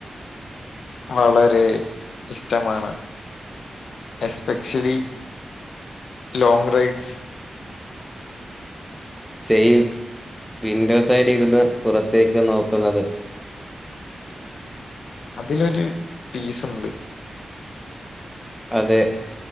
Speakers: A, on the left; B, in the centre.
A: വളരെ ഇഷ്ടമാണ് എസ്പെക്ഷ്യലി ലോങ് റൈഡ്സ്.
B: സെയിം, വിൻഡോസൈഡി ഇരുന്ന് പുറത്തേക്ക് നോക്കുന്നത്.
A: അതിലൊരു പീസുണ്ട്.
B: അതെ,